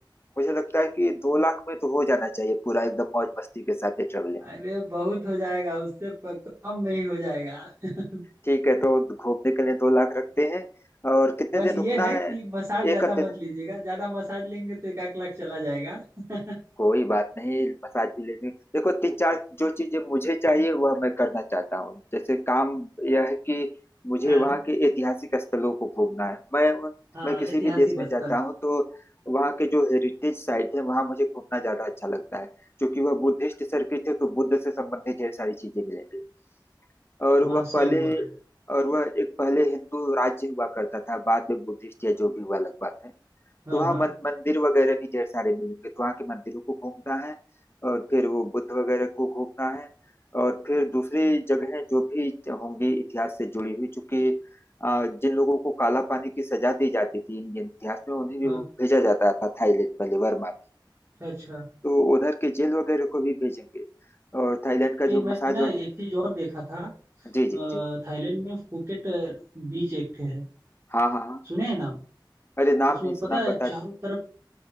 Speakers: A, on the left (about 30°); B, on the right (about 35°).
A: मुझे लगता है कि दो लाख में तो हो जाना चाहिए पूरा एकदम मौज मस्ती के साथ ये traveling।
B: अरे बहुत हो जाएगा उससे प- कम में ही हो जाएगा <laughs>
A: ठीक है तो घूमने के लिए दो लाख रखते हैं और कितने
B: बस
A: दिन
B: ये
A: रुकना
B: है
A: है
B: कि मसाज ज्यादा
A: एक हफ्ते
B: मत
A: दिन
B: लीजिएगा ज्यादा मसाज लेंगे तो एक आध लाख चला जाएगा <laughs>
A: कोई बात नहीं मसाज भी ले लेंगे देखो तीन चार जो चीजें मुझे चाहिए वह मैं करना चाहता हूँ जैसे काम यह है कि मुझे
B: हाँ
A: वहाँ के ऐतिहासिक स्थलों को घूमना है मैं उन-
B: हाँ
A: मैं किसी
B: ऐतिहासिक
A: भी देश में जाता
B: स्थल
A: हूँ तो वहाँ के जो हेरिटेज साइट है वहाँ मुझे घूमना ज्यादा अच्छा लगता है क्योंकि वह बुद्धिस्ट सर्किट है तो बुद्ध से संबंधित ढेर सारी चीजें मिलेंगी और
B: हाँ
A: वह
B: सही
A: पहले
B: बोल रहे हैं
A: और वह एक पहले हिंदू राज्य हुआ करता था बाद में बुद्धिस्ट या जो भी हुआ अलग बात है
B: हाँ
A: तो वहाँ
B: हाँ
A: मन, मंदिर वगैरह भी ढेर सारे मिलेंगे तो वहाँ के मंदिरों को घूमना है और फिर वो बुद्ध वगैरह को घूमना है और फिर दूसरी जगह जो भी होंगी इतिहास से जुड़ी हुई चूंकि अ, जिन लोगों को काला पानी की सजा दी जाती थी इंडियन इतिहास में उन्हें भी
B: हाँ
A: भेजा जाता था थाईलैंड पहले वर्मा में
B: अच्छा अच्छा
A: तो उधर के जेल वगैरह को भी भेजेंगे और थाईलैंड का
B: अरे
A: जो
B: मैं
A: मसाज
B: ना
A: वग...
B: एक चीज और देखा था अ,
A: जी जी जी
B: थाईलैंड में फुकेट बीच एक ठे है
A: हाँ हाँ हाँ
B: सुने हैं नाम
A: अरे नाम
B: उसमें
A: नहीं
B: पता
A: सुना
B: है
A: बता
B: चारों
A: दे
B: तरफ